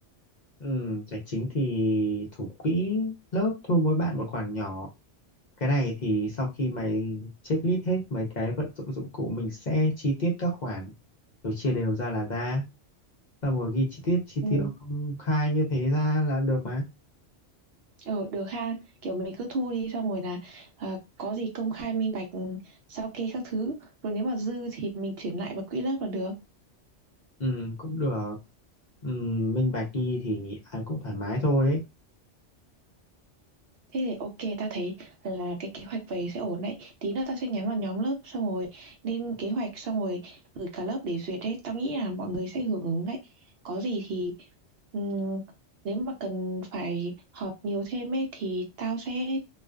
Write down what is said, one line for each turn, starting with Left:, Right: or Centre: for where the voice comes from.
Left: ừ, tài chính thì thủ quỹ lớp thu mỗi bạn một khoản nhỏ Cái này thì sau khi mày checklist hết mấy cái vận dụng dụng cụ mình sẽ chi tiết các khoản rồi chia đều ra là ra. Xong rồi ghi chi tiết chi
Right: Ừ.
Left: tiêu công khai như thế ra là được mà.
Right: Ờ, được ha, kiểu mình cứ thu đi xong rồi là à, có gì công khai minh bạch ừ, sao kê các thứ, rồi nếu mà dư thì mình chuyển lại vào quỹ lớp là được.
Left: Ừ cũng được. Ừ, minh bạch đi thì ai cũng thoải mái thôi ấy.
Right: Thế thì ok, ta thấy là cái kế hoạch về sẽ ổn đấy. Tí nữa tao sẽ nhắn vào nhóm lớp xong rồi lên kế hoạch xong rồi gửi cả lớp để duyệt đấy. Tao nghĩ là mọi người sẽ hưởng ứng đấy. Có gì thì ừm, nếu mà cần phải họp nhiều thêm ấy thì tao sẽ